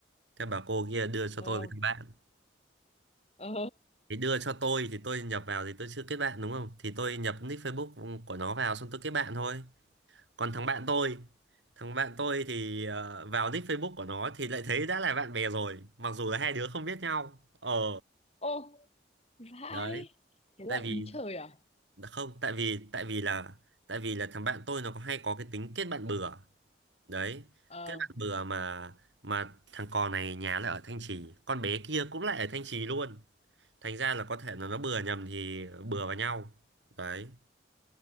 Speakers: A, on the right (about 80°); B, on the left (about 35°).
A: thế bà cô kia đưa cho
B: ờ,
A: tôi với thằng bạn
B: ờ,
A: thì đưa cho tôi thì tôi nhập vào thì tôi chưa kết bạn đúng không thì tôi nhập nick Facebook của nó vào xong tôi kết bạn thôi Còn thằng bạn tôi, thằng bạn tôi thì ờ, vào nick Facebook của nó thì lại thấy đã là bạn bè rồi, mặc dù là hai đứa không biết nhau. Ờ,
B: ô, vãi.
A: đấy,
B: Thế
A: tại
B: là
A: vì
B: ý trời à?
A: không, tại vì tại vì là tại vì là thằng bạn tôi nó có hay có cái tính kết bạn bừa. Đấy,
B: Ờ,
A: kết bạn bừa mà mà thằng cò này nhà lại ở Thanh Trì, con bé kia cũng lại ở Thanh Trì luôn. Thành ra là có thể là nó bừa nhầm thì bừa vào nhau. Đấy,